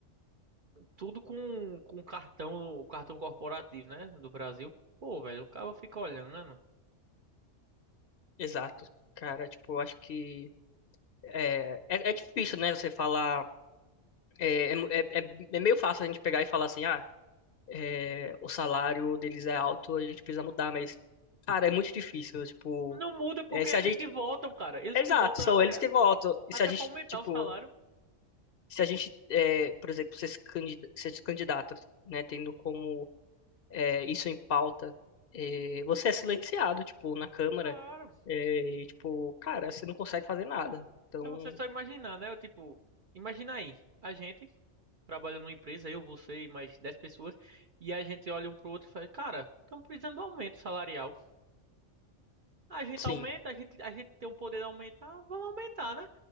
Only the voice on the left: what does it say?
Exato. Cara, tipo, eu acho que é, é, é difícil, né, você falar, é, é, é, é é meio fácil a gente pegar e falar assim, ah, eh, o salário deles é alto, a gente precisa mudar, mas, cara, é muito difícil, tipo...
É, se
a gente
Exato,
são
eles que votam. E
se a gente,
tipo,
se a gente, é, por exemplo, se esse candida- se esse candidato, né, tendo como é, isso em pauta, é, você é silenciado, tipo, na Câmara,
é, e, tipo, cara, você não consegue fazer nada. Então,
sim.